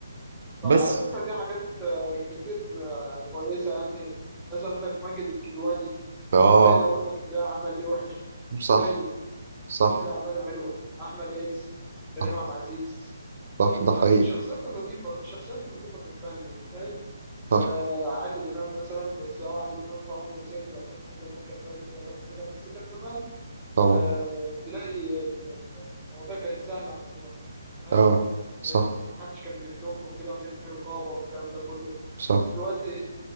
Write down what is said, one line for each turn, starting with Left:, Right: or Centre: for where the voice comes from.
Right: بس
Centre: على فكرة دي حاجات آه، كتير آه، كويسة يعني مثلا عندك ماجد الكدواني
Right: اه
Centre: قليل أوي إنك تلاقي عمل ليه وحش
Right: صح
Centre: قليل
Right: صح
Centre: كل أعماله حلوة أحمد عز كريم
Right: صح
Centre: عبد العزيز
Right: صح
Centre: آه، الناس
Right: ده حقيقي
Centre: الشخصيات النظيفة الشخصيات النظيفة في الفن دي فاهم
Right: صح
Centre: آه، عادل إمام مثلا بس هو عادل إمام في أول مسيرته الأفلام زمان كان فيها قلة أدب وكده بس كان زمان
Right: طبعا
Centre: آه، تلاقي المواضيع كانت سهلة عن دلوقتي فاهم
Right: اه صح
Centre: محدش كان بيدق وكده وكان في رقابه والكلام ده كله
Right: صح
Centre: بس دلوقتي